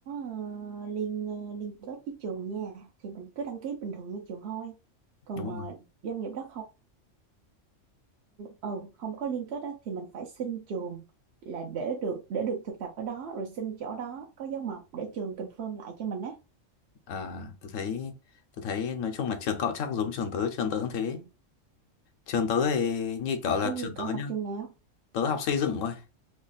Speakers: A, on the right; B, on the left.
A: ờ, liên ờ, liên kết với trường nha thì mình cứ đăng ký bình thường như trường thôi còn
B: Đúng
A: mà
B: không?
A: doanh nghiệp đó không ừ, không có liên kết á, thì mình phải xin trường là để được để được thực tập ở đó rồi xin chỗ đó có dấu mộc để trường confirm lại cho mình á
B: À, tôi thấy tôi thấy nói chung là trường cậu chắc giống trường tớ, trường tớ cũng thế. Trường tớ thì như kiểu là
A: Ủa gì
B: trường
A: cậu
B: tớ
A: học
B: nhá,
A: trường nào
B: tớ học xây dựng thôi,